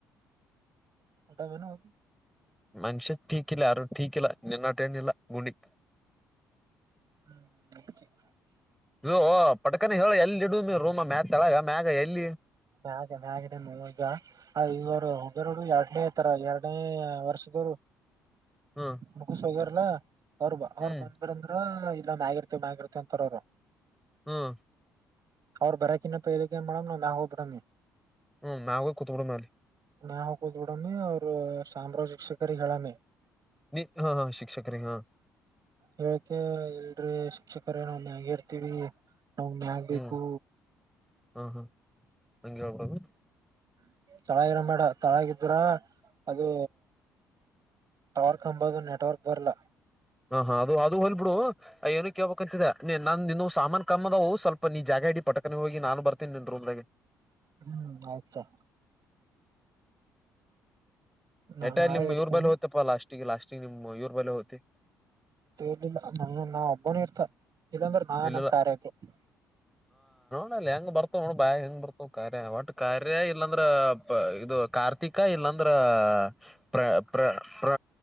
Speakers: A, on the right; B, in the centre.
A: <unintelligible> ಹೋಗಿ
B: ಮನುಷ್ಯ ಟೀಕಿಲ್ಲ ಅರೂ ಟೀಕಿಲ್ಲ ನಿನ್ನಟೇನಿಲ್ಲ ಗುಡಿ
A: <unintelligible>
B: ಇವೊ ಪಟ್ಕನ ಹೇಳ ಎಲ್ಲಿಡೊಮ ರೂಮ ತಳಗ ಮ್ಯಾಗ ಎಲ್ಲಿ
A: ಮ್ಯಾಗ ಮ್ಯಾಗಡೆನೋದ ಈಗ ಅ ಇವರು ಎರಡು ಎರಡನೇ ತರ ಎರಡನೇ ವರ್ಷದವರು
B: ಹ್ಮ್
A: ಮುಗುಸ ಹೋಗ್ಯಾರಲ್ಲ. ಅವರು ಬ ಅವ್ರು
B: ಹ್ಮ್
A: ಬಂದ್ರ ಅಂದ್ರ ಇಲ್ಲ ಮ್ಯಗ ಇರ್ತಿವಿ ಮ್ಯಗ ಇರ್ತಿವ ಅಂತಾರ ಅವರು
B: ಹ್ಮ್
A: ಅವ್ರು ಬರಾಕಿನ <unintelligible> ಹೋಗಬಿಡಮಿ
B: ಹ್ಮ್ ಮೇಲೆ ಹೋಗಕುತ್ತುಬಿಡಾಮಲ್ಲಿ
A: ಮೇಲಹೋಗಕುಟ್ಟುಬಿಡಮ ಅವರು ಸಾಮ್ರಾಜ್ಯ <unintelligible> ಹೇಳಾನೆ
B: ನೀ ಹಾ ಹಾ ಶಿಕ್ಷಕರೀಗೆ ಹಾ
A: ಹೇಳ್ಕೆ ಇಲ್ರಿ ಶಿಕ್ಷಕರೇ ನಾವ್ ಮಾಗ ಇರ್ತೀವಿ. ನಮಗ್ ಮ್ಯಾಗಬೇಕು.
B: ಹ್ಮ್ ಹಾ ಹಾ ಅಂಗೆ ಹೇಳ್ಬಿಡಾಮ ಹಾ
A: ತಳಗರದ ಬೇಡ ತಳಗಿದ್ರ ಅದು ಟವರ್ ಕಂಬದು ನೆಟ್ವರ್ಕ್ ಬರ್ಲ್ಲ
B: ಹ ಹಾ ಅದು ಅದು ಹೊಗಲ್ ಬಿಡು ಏನ ಕೇಳ್ಬೇಕಕ್ಂತಿದೆ ನೀ ನಾನ್ ನಿನು ಸಾಮಾನನ್ ಕಮ್ಮ ಅದವು ಸ್ವಲ್ಪ ನೀ ಜಾಗ ಇಡಿ ಪಟ್ಟ ನೇ ಹೋಗಿ ನಾನು ಬರ್ತನಿ ನಿನ್ ರೋಮ್ನಗೆ
A: ಹ್ಮ್ ಆಯ್ತಾ ನಾ
B: ಎಟಲಿ
A: ನಾಳೆ
B: ನಿಮ್
A: ಇಡ್ತೀನಿ
B: ಇವ್ರ ಬಳಿ ಹೋತಪ್ಪ ಅಲ್ಲ ಲಾಷ್ಟಿಗೆ ಲಾಸ್ <unintelligible> ನಿಮ ಇವರ್ ಬಲಿ ಹೊತ್ತಿ
A: ತಿರ್ಲಿಲ್ಲ ನನ್ನ ನಾ ಒಬ್ಬನ ಇರ್ತ ಇಲ್ಲಾಂದ್ರ ನಾ
B: ಇಲ್ಲಲ್ಲ
A: ನಮ ಕಾರ್ಯ <unintelligible>
B: ನಲ್ಲಿ ಹೆಂಗ ಬರ್ತವ ನೋ ಬ್ಯಾಗ ಹೆಂಗ ಬರ್ತವ ಕಾರ್ಯ ಬಟ್ ಕಾರ್ಯ ಇಲ್ಲಾಂದ್ರ ಇದು ಕಾರ್ತಿಕ ಇಲ್ಲಾಂದ್ರ ಪ್ರ ಪ್ರ ಪ್ರ